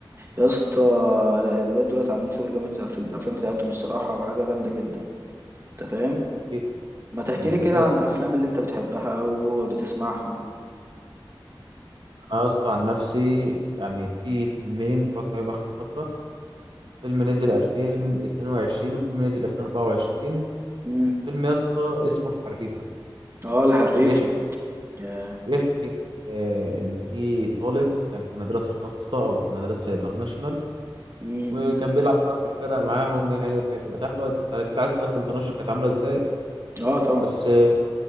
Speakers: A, on the right; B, on the right.
A: يا اسطى لا، الولاد دولت عاملين شغل جامد في الافلام بتاعتهم الصراحه وحاجه جامده جدا انت فاهم
B: اكيد
A: ما تحكي
B: يعني مش
A: لي كده
B: محتاج
A: عن
B: أتكلم.
A: الافلام اللي انت بتحبها او بتسمعها
B: انا يا اسطى عن نفسي يعني في فيلمين اتفرجت عليهم اخر فتره فيلم نزل 2022 وفيلم نزل 2024
A: امم
B: فيلم يا اسطى اسمه الحريفه
A: اه الحريفه
B: بيحكي
A: يا
B: بيحكي آه، إن في طالب كان في مدرسة خاصة أو في مدرسة انترناشونال
A: امم
B: وكان بيلعب بقى في الفرقة معاهم يعني وكانت تبقى تعرف بقى- أنت أكيد عارف مدرسة انترناشونال كانت عاملة إزاي
A: اه طبعا
B: بس آه،